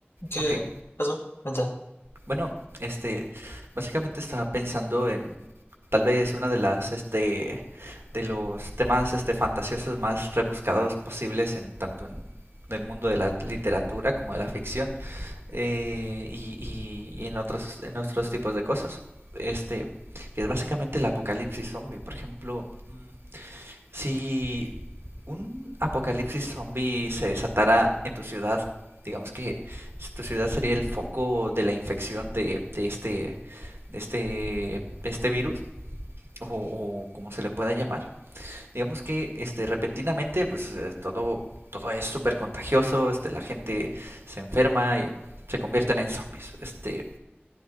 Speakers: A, on the left (about 80°); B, on the right (about 75°).
A: ¿Qué
B: Ok,
A: pasó? Cuenta.
B: bueno, este, básicamente estaba pensando en tal vez una de las, este, de los temas, este, fantasiosos más rebuscados posibles en tanto en el mundo de la literatura como de la ficción. eh, y, y- y en otros, en otros tipos de cosas. Este, que es básicamente el apocalipsis zombie. Por ejemplo, mm, si un apocalipsis zombie se desatara en tu ciudad, digamos que tu ciudad sería el foco de la infección de, de este, de este, de este virus, o, o como se le pueda llamar, digamos que este repentinamente pues eh, todo todo es súper contagioso, este la gente se enferma y se convierten en zombies. Este